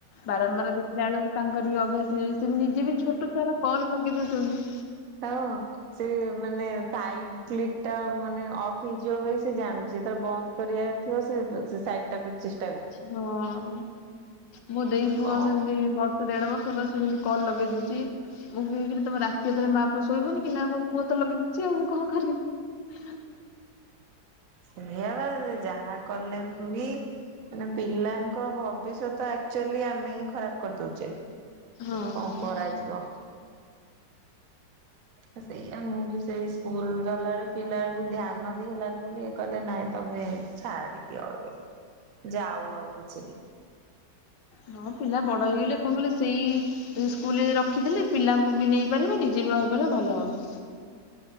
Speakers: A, on the left; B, on the right.
A: ବାରମ୍ବାର ଦେଖିଲା ବେଳକୁ ତାଙ୍କର ବି ଅଭ୍ୟାସ। <unintelligible> ସେ ନିଜେ ବି ଛୋଟ ଛୁଆଗୁଡା କଲ ବି ଲଗେଇ ଦଉଚନ୍ତି।
B: ହଁ ସେ ମାନେ ସାଇଡ୍ କ୍ଲିକ୍ ଟା ମାନେ ଅଫ୍ ହେଇଯିବ ବୋଲି ସେ ଜାଣୁଚୀ ଯେତେବେଳେ ବନ୍ଦ କରିବାର ଥିବ ସେ ଉ ସେ ସାଇଡ୍ ଟାକୁ ଚେସ୍
A: ହଁ ମୋ ଦେଇ ପୁଅ
B: କଣ
A: ସେମତି ବର୍ଷେ ଦେଢ ବର୍ଷର ସେ ସେମତି କଲ ଲଗେଇ ଦଉଚି। ମୁଁ କହିଲି ଇରେ ତମେ ରାତି ଅଧରେ ମାଆ ପୁଅ ଶୋଇବନି କି ନା ମୋ ପୁଅ ତ ଲଗେଇ ଦଉଛି ଆଉ ମୁଁ କଣ କରି ହୁଁ।
B: ସେଇଆ ବା ସେ ଯାହା କଲେ ଉଁ ବି ମାନେ ପିଲାଙ୍କ ଭବିଷ୍ୟତ ଆକ୍ଚୋଲି ଆମେ ହିଁ ଖରାପ କରିଦଉଛେ।
A: ହଁ।
B: ହୁଁ କଣ କରାଯିବ। ତ ସେଇଆା ମୁଁ ବି ସେଇ ସ୍କୁଲ ଗଲାବେଳେ ପିଲାକୁ ଧ୍ୟାନ ଦେଇ ହେଲାନି ବୋଲି କହିଲେ ନାଇଁ ତମେ ଛାଡି ଦିଅ ଅ ଯାଉ ଆଉ କିଛି ଦିନି।
A: ହଁ ପିଲା ବଡ ହେଇଗଲେ କଣ କହିଲ ସେଇ ଯଦି ସ୍କୁଲ ରେ ରଖିଦେଲେ ପିଲାଙ୍କୁ ବି ନେଇପାରିବ ନିଜେ ବି ରହିପାରିବ ଭଲ ହବ।